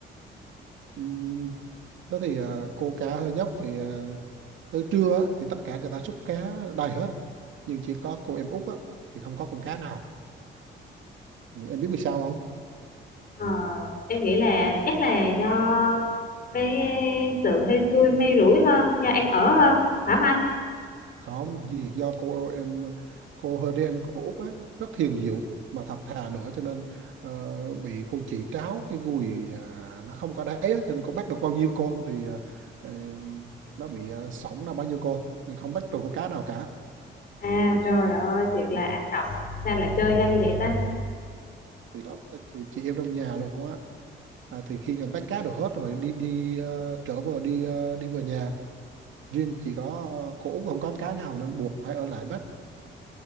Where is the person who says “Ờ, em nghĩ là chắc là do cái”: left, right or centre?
Left